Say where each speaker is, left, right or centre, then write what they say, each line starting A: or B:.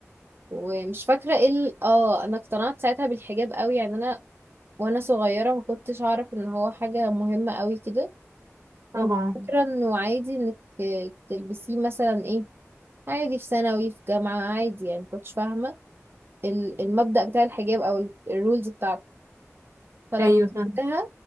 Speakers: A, on the right; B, on the right.
A: ومش فاكرة ايه ال- اه انا اقتنعت ساعتها بالحجاب قوي يعني انا وانا صغيرة ما كنتش اعرف ان هو حاجة مهمة قوي كده
B: طبعا
A: كنت فاكرة انه عادي انك آه، تلبسيه مثلا ايه عادي في ثانوي في جامعة عادي يعني مكنتش فاهمة ال- المبدأ بتاع الحجاب أو الرولز بتاعته فلما
B: ايوه
A: فهمتها
B: فاهمة